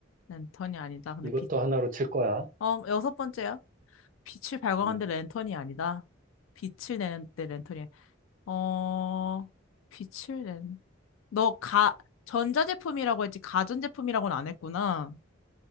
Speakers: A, on the left; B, on the right.
A: 랜턴이 아니다. 근데
B: 이것도
A: 빛,
B: 하나로 칠 거야.
A: 어, 여섯 번째야. 빛을 발광하는데
B: 음.
A: 랜턴이 아니다. 빛을 내는데 랜턴이, 어, 빛을 낸, 너 가, 전자제품이라고 했지, 가전제품이라고는 안 했구나.